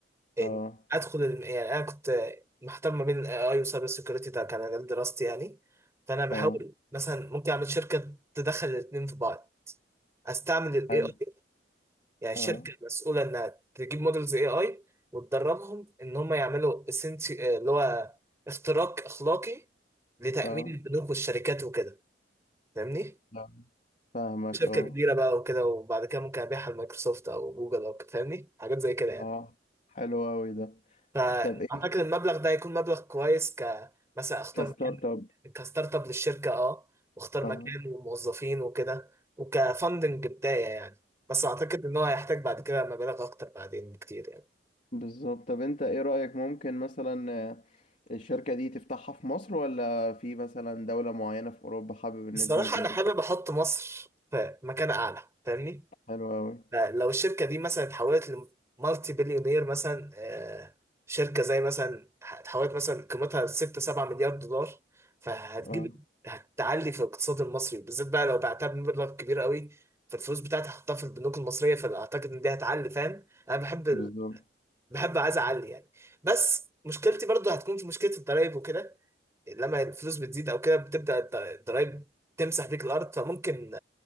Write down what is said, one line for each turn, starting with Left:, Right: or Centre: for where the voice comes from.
Right: يعني
Left: اه
Right: ادخل الم- يعني انا كنت محتار ما بين الاي اي وسايبر سكيورتي ده كان مجال دراستي يعني فانا بحاول
Left: اه
Right: مثلا ممكن اعمل شركه تدخل الاثنين في بعض استعمل الاي
Left: حلو
Right: اي يعني شركه
Left: اه
Right: مسؤوله انها تجيب مودلز اي اي وتدربهم ان هم يعملوا essenti- آه، اللي هو اختراق اخلاقي لتامين
Left: اه
Right: البنوك والشركات وكده فاهمني
Left: آه. فاهمك
Right: شركة
Left: اه
Right: كبيرة بقى وكده وبعد كده ممكن أبيعها لمايكروسوفت أو جوجل أو كده، فاهمني حاجات زي كده يعني
Left: اه حلو اوي ده
Right: فأعتقد
Left: طب ايه
Right: المبلغ ده هيكون مبلغ كويس ك مثلا أختار
Left: كستارت
Right: مكان
Left: اب
Right: كستارت أب للشركة أه وأختار مكان
Left: اه
Right: وموظفين وكده وكفندنج بداية يعني بس أعتقد إن هو هيحتاج بعد كده مبالغ أكتر بعدين بكتير يعني
Left: بالظبط طب انت ايه رأيك ممكن مثلا آه، الشركة دي تفتحها في مصر ولا في مثلا دولة معينة في اوروبا حابب ان
Right: الصراحة
Left: انت ممكن
Right: أنا
Left: تفتحها
Right: حابب أحط مصر في مكان أعلى فاهمني
Left: حلو اوي
Right: لو الشركة دي مثلا اتحولت لمالتي بليونير مثلا آه، شركة زي مثلا اتحولت مثلا قيمتها 6 7 مليار دولار فهتجيب
Left: اه
Right: هتعلي في الاقتصاد المصري بالذات بقى لو بعتها بمبلغ كبير قوي فالفلوس بتاعتي هحطها في البنوك المصرية فأعتقد إن دي هتعلي فاهم أنا بحب ال...
Left: بالظبط
Right: بحب عايز أعلي يعني بس مشكلتي برضو هتكون في مشكلة الضرايب وكده لما الفلوس بتزيد أو كده بتبدأ الض- الضرايب تمسح بيك الأرض فممكن